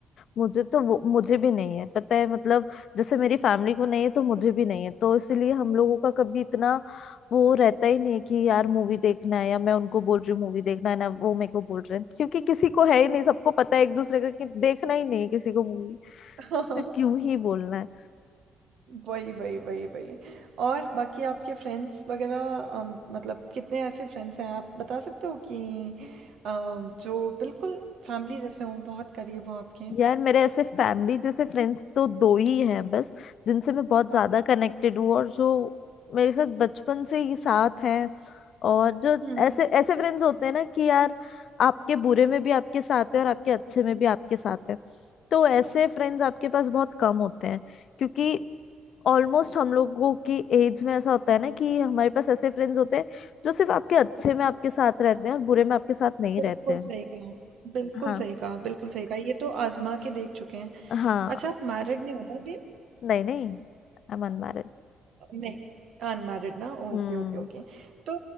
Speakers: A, on the left; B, on the right.
A: मुझे तो वो मुझे भी नहीं है पता है मतलब जैसे मेरी फैमिली को नहीं है तो मुझे भी नहीं है तो इसलिए हम लोगों का कभी इतना वो रहता ही नहीं है कि यार मूवी देखना है या मैं उनको बोल रही हूँ मूवी देखना है ना वो मेरे को बोल रहे हैं क्योंकि किसी को है ही नहीं सबको पता है एक दूसरे का कि देखना ही नहीं है किसी को मूवी
B: ओके
A: तो
B: <laughs>
A: क्यों ही बोलना है
B: वही, वही, वही, वही। और बाकी आपके फ्रेंड्स वगैरह अम, मतलब कितने ऐसे फ्रेंड्स हैं आप बता सकते हो कि अम, जो बिल्कुल फैमिली जैसे हों बहुत करीब हों आपके
A: यार मेरे ऐसे फैमिली जैसे फ्रेंड्स तो दो ही हैं बस जिनसे मैं बहुत ज्यादा
B: ओके
A: कनेक्टेड हूँ और जो मेरे साथ बचपन से ही साथ हैं और जो
B: हुँ,
A: ऐसे ऐसे फ्रेंड्स होते हैं ना कि यार आपके बुरे में भी आपके साथ है और आपके अच्छे में भी आपके साथ है तो ऐसे फ्रेंड्स आपके पास बहुत कम होते हैं क्योंकि ऑलमोस्ट हम लोगों की एज में ऐसा होता है ना कि हमारे पास ऐसे फ्रेंड्स होते हैं जो सिर्फ आपके अच्छे में आपके साथ रहते हैं और बुरे में आपके साथ नहीं
B: बिल्कुल
A: रहते हैं
B: सही कहा बिल्कुल
A: हाँ
B: सही कहा बिल्कुल सही कहा ये तो आजमा के देख चुके हैं
A: हाँ
B: अच्छा आप मैरिड नहीं हो ना अभी
A: नहीं नहीं आई एम अनमैरिड
B: नहीं अनमैरिड ना ओके
A: हम्म
B: ओके ओके तो